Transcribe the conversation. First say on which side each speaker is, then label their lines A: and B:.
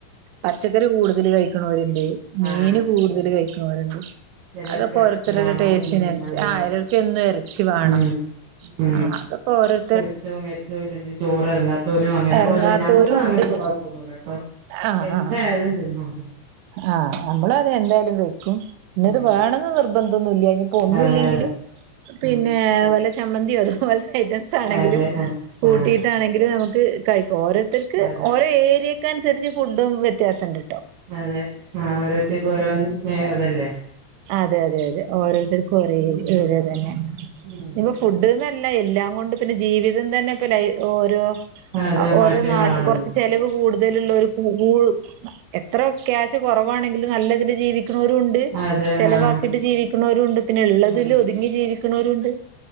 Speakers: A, on the right; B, on the right.
A: പച്ചക്കറി കൂടുതല് കഴിക്കണോരി ണ്ട് മീന്
B: ആഹ്
A: കൂടുതല് കഴി ക്കണോരിണ്ട്
B: ചിലർക്ക്
A: അതൊക്കെ
B: ഇറച്ചി
A: ഓരോരുത്തരുടെ
B: വേണം
A: ടേസ്റ്റിന്
B: ഉം
A: അനുസ
B: അതെ
A: ആഹ്
B: അതെ
A: ചെലർക്ക് എന്നും എറച്ചി വേണം
B: ഉം ഉം
A: ആ അതൊക്കെ ഓരോർ
B: പൊരിച്ചതും കരിച്ചതും ഇല്ലെങ്കി ചോറെറങ്ങാ പോലും അങ്ങനെ
A: ഇറങ്ങാത്തവരും
B: പോലെ ഞമക്ക് അങ്ങനത്തെ
A: ഉണ്ട്
B: കൊഴപ്പൊന്നുല്ലട്ടോ
A: ആ
B: എന്തായാലും
A: ആ
B: തി ഉം
A: ആഹ് നമ്മളത് എന്തായാലും കയിക്കും പിന്നെത്
B: ഉം
A: വേണന്ന് നിർബ ഒന്നുല്യ ഇനിപ്പോ ഒന്നു
B: അതെ
A: ഇല്ലെങ്കില്
B: അതെ
A: പിന്നെ
B: ഉം
A: വെല്ല ചമ്മന്തി അത് പോ ഐറ്റംസ് ആണെങ്കിലും
B: അതെ ആ
A: കൂട്ടിയിട്ടാണെങ്കിലും
B: ആഹ്
A: നമുക്ക്- ഇത്‌ ക <unintelligible> ഓരോത്തർക്ക്
B: അതെ
A: ഓരോ ഏരിയ- ഒ <unintelligible> അനുസരിച്ച് ഫുഡും വ്യത്യാസം ഉണ്ട്
B: അതെ ആഹ് ഓരോത്തക്ക് ഓരോ- അതല്ലേ
A: അതെ അതെ അതെ ഓരോത്തർക്കു ഓരോ <unintelligible> അതു തന്നെ
B: ഉം
A: ഇനി
B: ഉം
A: ഫുഡ് ന്ന് അല്ല എല്ലാം അതുകൊണ്ട് പിന്നെ ജീവിതം തന്നെ <unintelligible> ഓരോ-
B: അതെ മാറ്റങ്ങളാണല്ലോ
A: ഓരോ നാട് കുറച്ച് ചെലവ് കൂടു ഇതിലുള്ള ഒരു <unintelligible> എത്ര - ക്യാഷ് കുറവാണെങ്കിലും നല്ല - ജീവി - ക്കുന്നവരും ഉണ്ട്
B: അതെ
A: ചെലവാക്കിട്ട്
B: ആഹ്
A: ജീവിക്കുന്നവരുണ്ട് പിന്നെ ഇള്ളതില്
B: ഉം
A: ഒതുങ്ങി ജീവി ക്ക്ണോര്ണ്ട്